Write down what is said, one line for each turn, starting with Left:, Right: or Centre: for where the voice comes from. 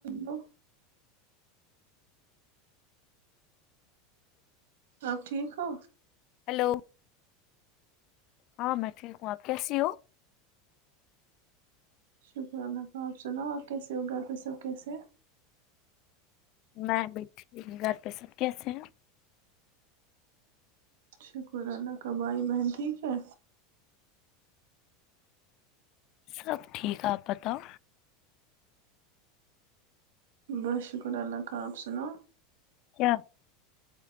Right: ہو آپ ٹھیک ہو
Left: ہلو ہاں میں ٹھیک ہوں آپ کیسی ہو
Right: شکر اللہ کا آپ سنا آپ کیسے ہو گھر پہ سب کیسے ہیں
Left: میں بھی ٹھیک ہ گھر پہ سب کیسے ہیں
Right: شکر اللہ کا بھائی بہن ٹھیک ہے
Left: سب ٹھیک آپ بتاؤ
Right: بس شکر اللہ ت کہ آپ سے نا
Left: کیا